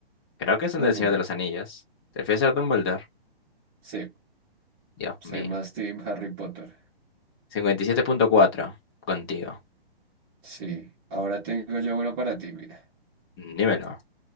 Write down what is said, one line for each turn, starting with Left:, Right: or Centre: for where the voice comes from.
Left: Creo que es un
Right: Dumbledore.
Left: del Señor de los Anillos. ¿Prefieres ser Dumbledore?
Right: Sí.
Left: Dios
Right: Soy
Left: mío.
Right: más team Harry Potter.
Left: cincuenta y siete punto cuatro contigo.
Right: Sí, ahora tengo yo uno para ti, mira.
Left: Mm, Dímelo.